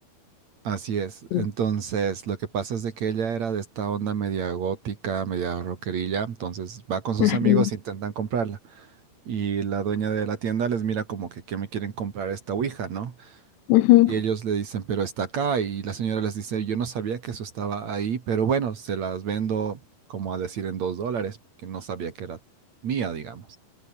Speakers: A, on the right; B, on the left.
A: Así es.
B: Sí.
A: Entonces, lo que pasa es de que ella era de esta onda media gótica, media rockerilla, entonces va con sus
B: Ajá.
A: amigos e intentan comprarla. Y la dueña de la tienda les mira como que, ¿qué me quieren comprar esta ouija, no?
B: Ujú.
A: Y ellos le dicen, pero está acá. Y la señora les dice, yo no sabía que eso estaba ahí, pero bueno, se las vendo como a decir en dos dólares, porque no sabía que era mía, digamos.